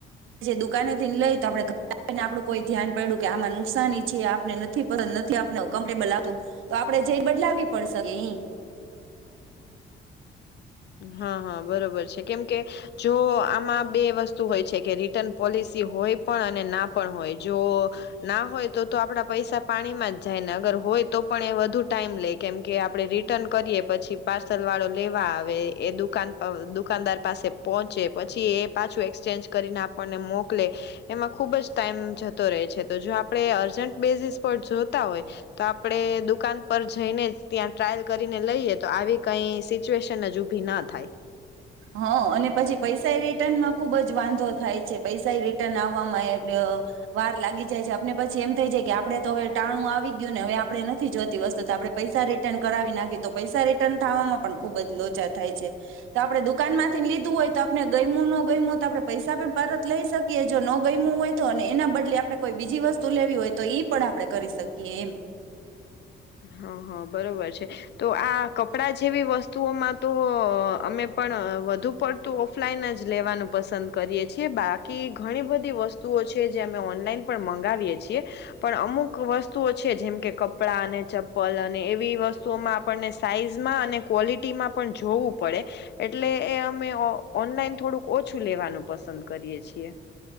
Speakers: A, on the right (about 85°); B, on the left (about 60°).
A: જે દુકાનેથીને લઈ તો આપેને આપડું કોઈ ધ્યાન પડ્યું કે આમાં નુકસાની છે આપને નથી નથી આપને કમ્ફર્ટેબલ આવતું તો આપદે જઈ ને બદલાવી પડશે કએ ઈ
B: હા હા, બરોબર છે કેમકે જો આમાં બે વસ્તુ હોય છે, કે રિટર્ન પોલિસી હોય પણ, અને ના પણ હોય જો ના હોય, તો તો આપડા પૈસા પાણીમાં જ જાય ને અગર હોય તો પણ એ વધુ ટાઈમ લે કેમકે આપડે રિટર્ન કરીએ પછી પાર્સલ વાળો લેવા આવે વે એદુકાન અ દુકાનદાર પાસે પહોંચે પછી એ પાછું એક્સચેન્જ કરીને આપણને મોકલે એમાં ખૂબ જ ટાઈમ જતો રહે છે, તો જો આપણે અર્જન્ટ બેઝિસ પર જોતા હોય તો આપણે દુકાન પર જઈને જ ત્યાં ટ્રાયલ કરીને લઈએ તો આવી કઈ સિચ્યુએશન જન ઉંભીના થાય.
A: હ અને પછી પૈસા એ રિટર્નમાં ખુબ જ વાંધો થાય છે. પૈસા એ રિટર્ન આવવામાં એ વાર લાગી જાય છે, આપને પછી એમ થઈ જાય કે આપડે તો હવે ટાણું આવી ગયું ને હવે આપણે નથી જોતી વસ્તુ તો આપણે પૈસા રિટર્ન કરાવી નાખી તો પૈસા રિટર્ન થવામાં પણ ખુબ જ લોચા થાય છે તો આપડે દુ દુકાનમાથી લીધું હોય તો આપણે ગયમું ન ગયમું તો આપણે પૈસા પણ પરત લઈ શકીએ, જો ન ગયમું હોય તો અને એના બદલે આપણે કોઈ બીજી વસ્તુ લેવી હોય તો ઈ પણ આપણેે કરી શકીએ એમ.
B: હા હા બરોબર છે, તો આ કપડાં જેવી વસ્તુઓમાં તો અમે પણ વધુ પડતું ઓફલાઈન જ લેવાનું પસંદ કરીએ છીએ બાકી ઘણી બધી વસ્તુઓ છે જે અમે ઓનલાઈન પણ મંગાવીએ છીએ પણ અમુક વસ્તુઓ છે જેમકે કપડા, અને ચપ્પલ અને ને અને એવી વસ્તુઓમાં આપણને સાઈઝમાં અને ક્વોલિટીમાં પણ જોવું પડે, એટલે એ અમે ઓ ઓનલાઈન થોડુંક ઓછું લેવાનું પસંદ કરીએ છીએ.